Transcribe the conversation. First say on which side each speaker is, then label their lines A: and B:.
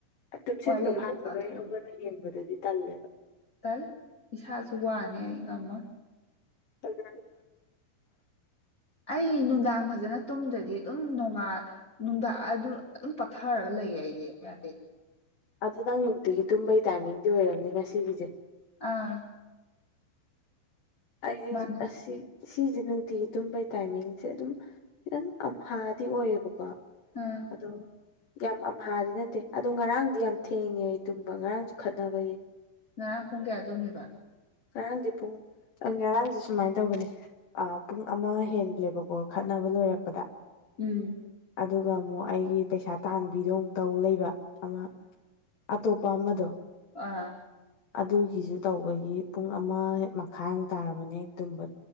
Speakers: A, on the left; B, on the left.
A: ꯇꯨꯝꯁꯤꯠꯀ
B: ꯋꯥꯔꯤꯗꯨ
A: ꯐꯥꯗ꯭ꯔꯒ
B: ꯀꯣꯛ ꯇꯥꯊꯣꯛꯎꯂꯣ
A: ꯑꯩ ꯍꯧꯒꯠꯂ ꯌꯦꯡꯕꯗꯨꯗꯤ ꯇꯜꯂꯦꯕ
B: ꯇꯜꯂꯤ ꯏꯁꯥꯁꯨ ꯋꯥꯅꯦ ꯑꯩ ꯉꯝꯃꯣꯏ
A: ꯊꯗ <unintelligible>
B: ꯑꯩ ꯅꯨꯡꯗꯥꯡ ꯐꯖꯅ ꯇꯨꯝꯗ꯭ꯔꯗꯤ ꯑꯗꯨꯝ ꯅꯣꯡꯉꯥ ꯅꯨꯡꯗꯥꯡ ꯑꯗꯨ ꯑꯗꯨꯝ ꯄꯠꯊꯔꯒ ꯂꯩ ꯑꯩꯗꯤ ꯌꯥꯗꯦ
A: ꯑꯗꯨ ꯅꯪ ꯅꯨꯡꯇꯤꯒꯤ ꯇꯨꯝꯕꯩ ꯇꯥꯏꯃꯤꯡꯗꯤ ꯑꯣꯏꯔꯝꯅꯤ ꯉꯁꯤꯒꯤꯁꯦ
B: ꯑꯥ
A: ꯑꯩꯗꯤ
B: ꯃꯥꯅꯦ
A: ꯑꯁꯤ ꯁꯤꯁꯦ ꯅꯨꯡꯇꯤꯒꯤ ꯇꯨꯝꯕꯩ ꯇꯥꯏꯃꯤꯡꯁꯦ ꯑꯗꯨꯝ ꯈꯤꯇꯪ ꯑꯝ ꯍꯥꯥꯗꯤ ꯑꯣꯏꯌꯦꯕꯀꯣ
B: ꯎꯝ
A: ꯑꯗꯨꯝ ꯌꯥꯝ ꯑꯝꯍꯥꯗꯤ ꯅꯠꯇꯦ ꯑꯗꯣ ꯉꯔꯥꯡꯗꯤ ꯌꯥꯝ ꯊꯦꯡꯉꯦ ꯑꯩ ꯇꯨꯝꯕ ꯉꯔꯥꯡꯁꯨ ꯈꯠꯅꯕꯒꯤ
B: ꯉꯔꯥꯡ ꯄꯨꯡ ꯀꯌꯥ ꯇꯨꯝꯃꯤꯕ
A: ꯉꯔꯥꯡꯗꯤ ꯄꯨꯡ ꯑꯪ ꯉꯔꯥꯡꯁꯦ ꯁꯨꯃꯥꯏ ꯇꯧꯕꯅꯦ ꯑꯥ ꯄꯨꯡ ꯑꯃ ꯍꯦꯟꯂꯦꯕꯀꯣ ꯈꯠꯅꯕ ꯂꯣꯏꯔꯛꯄꯗ
B: ꯎꯨꯝ
A: ꯑꯗꯨꯒ ꯑꯃꯨꯛ ꯑꯩꯒꯤ ꯄꯩꯁꯥ ꯇꯥꯟꯕꯤꯗꯣ ꯑꯃꯨꯛ ꯇꯧ ꯂꯩꯕ ꯑꯃ ꯑꯇꯣꯞꯄ ꯑꯃꯗꯣ
B: ꯑ
A: ꯑꯗꯨꯒꯤꯁꯨ ꯇꯧꯕꯒꯤ ꯄꯨꯡ ꯑꯃ ꯍꯦꯛ ꯃꯈꯥꯏꯃꯨꯛ ꯇꯥꯔꯝꯃꯅꯤ ꯑꯩ ꯇꯨꯝꯕ